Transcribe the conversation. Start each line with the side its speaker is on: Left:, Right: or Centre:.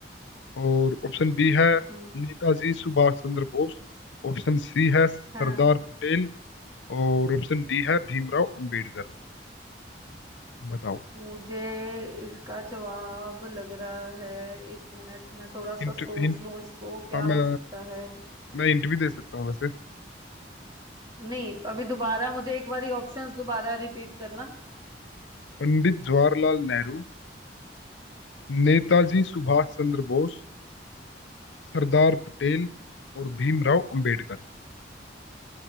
Left: और ऑप्शन बी है
Right: हम्म
Left: नेताजी सुभाष चंद्र बोस ऑप्शन सी है सरदार
Right: हाँ
Left: पटेल और ऑप्शन डी है भीमराव अंबेडकर बताओ
Right: मुझे इसका जवाब लग रहा है एक मिनट मैं थोड़ा
Left: Hint
Right: सा सोच
Left: hint
Right: लूं इसको क्या
Left: हाँ मैं
Right: हो सकता है
Left: मैं हिंट भी दे सकता हूँ वैसे
Right: नहीं अभी दोबारा मुझे एक बारी ऑप्शंस दोबारा रिपीट करना
Left: पंडित जवाहरलाल नेहरू नेताजी सुभाष चंद्र बोस सरदार पटेल और भीमराव अंबेडकर